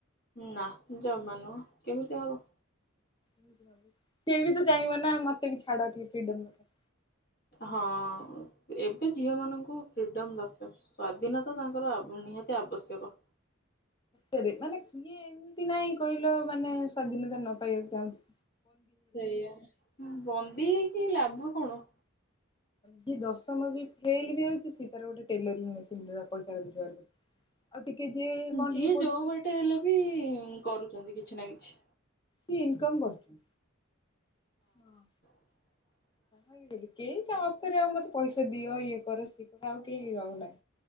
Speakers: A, on the left; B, on the left.
A: ନା, ଜମା ନୁହଁ, କେମିତି ହବ?
B: ସିଏ ବି ତ ଚାହିଁବ ନା ମତେ ବି ଛାଡ ଟିକେ ଫ୍ରିଡମ୍ <unintelligible>
A: ହଁ, ଏବେ ଝିଅ ମାନଙ୍କୁ ଫ୍ରିଡମ ଦରକାର। ସ୍ଵାଧୀନତା ତାଙ୍କର ଆ ନିହାତି ଆବଶ୍ୟକ।
B: ଟେରେ ମାନେ କିଏ ଏମିତି ନାଇଁ କହିଲ ମାନେ ସ୍ଵାଧୀନତା ନ ପାଇବାକୁ ଚାହୁଁଚି।
A: ସେଇଆ ବନ୍ଦୀ ହେଇକି ଲାଭ କଣ?
B: ଯିଏ ଦଶମ ବି ଫେଲ୍ ବି ହଉଛି, ସେ ତାର ଗୋଟେ ଟେଲରିଂ ମେସିନ୍ ରେ ପଇସା ରୋଜଗାର କରୁଚି।
A: <inaudible>
B: ଆଉ ଟିକେ ଯିଏ
A: ଯିଏ
B: ପଢିଛି
A: ଯୋଉ ବାଟେ ହେଲେ ବି କରୁଚନ୍ତି, କିଛି ନା କିଛି।
B: କି ଇନ୍ କମ୍ କରୁଚୁ। ହଁ।
A: <unintelligible>
B: ଆଜିକାଲି କେହି କାହା ଉପରେ ଆଉ ମତେ ପଇସା ଦିଅ ଇଏ କର ସିଏ କର ଆଉ କେହି ରହୁନାଇଁ।